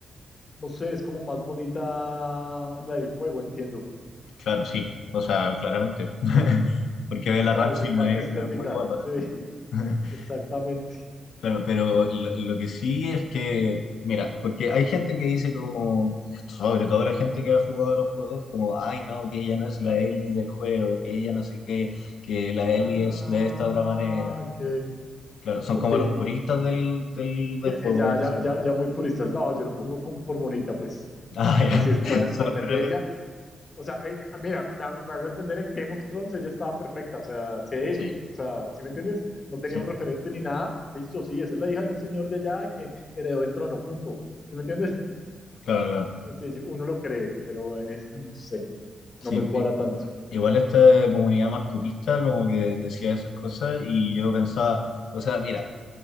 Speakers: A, on the left (about 30°); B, on the left (about 80°).
A: No sé, es como más bonita la del juego, entiendo. O
B: Claro, sí. O sea, claramente. <laughs> Porque Bella
A: sea,
B: Ramsey
A: desde parte
B: no es,
A: estética,
B: no es muy guapa.
A: sí, <laughs>
B: <laughs>
A: exactamente.
B: Claro, pero lo, lo que sí es que, mira, porque hay gente que dice como, sobre todo la gente que ha jugado a los juegos, como, ay no, que ella no es la Ellie del juego, que ella no sé qué, que la Ellie
A: Ah,
B: es de esta otra manera.
A: ok.
B: Claro, son
A: Ok.
B: como los puristas del, del, del
A: Sí,
B: juego,
A: sí, ya,
B: por decirlo.
A: ya, ya, ya muy puristas. No, yo lo pongo como por bonita, pues.
B: Ah, ya.
A: O sea, si fuera
B: <laughs>
A: el
B: Solo
A: papel
B: por
A: de
B: algo
A: ella. O sea, eh, eh, mira, me hago, me hago entender en Game of Thrones, ella estaba perfecta. O sea, sí.
B: Sí,
A: O sea, ¿sí me entiendes? No tenía
B: sí,
A: un referente ni nada. Listo, sí, esa es la hija de un señor de allá que heredó el trono, punto. ¿Sí me entiendes?
B: claro, claro.
A: Sencillo, uno lo cree, pero en esta no sé.
B: Sí,
A: No me cuadra
B: i-
A: tanto.
B: igual esta comunidad más purista como que decía esas cosas y yo pensaba, o sea, mira.